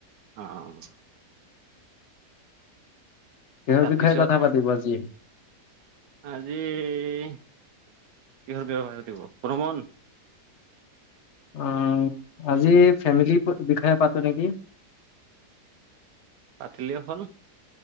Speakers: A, on the right (about 80°); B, on the left (about 60°).
A: অ', অ '
B: কিহৰ
A: তাৰপিছত
B: বিষয়ে কথা পাতিব আজি?
A: আজি কিহৰ বিষয়ে কথা পাতিব? প্রথম শুন?
B: অ', আজি ফেমিলি বিষয়ে পাতো নেকি?
A: পাতিলে হ'ল।